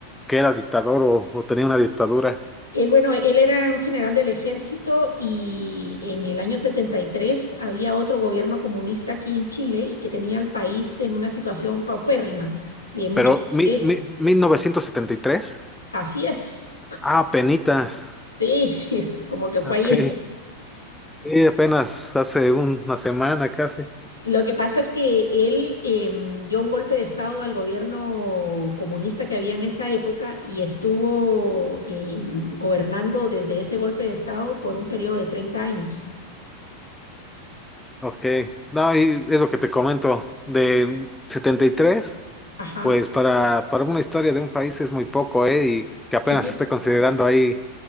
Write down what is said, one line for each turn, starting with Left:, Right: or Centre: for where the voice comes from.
Centre: que era dictador o, o tenía una dictadura.
Left: Él, bueno, él era un general del ejército y en el año 73 había otro gobierno comunista aquí en Chile y que tenía al país en una situación paupérrima, de mucha
Centre: Pero
Left: pobreza.
Centre: mi, mi, 1973.
Left: Así es,
Centre: ah, penitas,
Left: sí, <laughs> como que fue
Centre: ok,
Left: ayer.
Centre: y apenas hace un- una semana casi,
Left: Lo que pasa es que él em, dio un golpe de estado al gobierno comunista que había en esa época y estuvo em, gobernando desde ese golpe de estado por un periodo de treinta años.
Centre: ok. No, y es lo que te comento, de 73.
Left: Ajá,
Centre: Pues para, para una historia de un país es muy poco, ¿eh? Y que apenas
Left: sí,
Centre: esté considerando ahí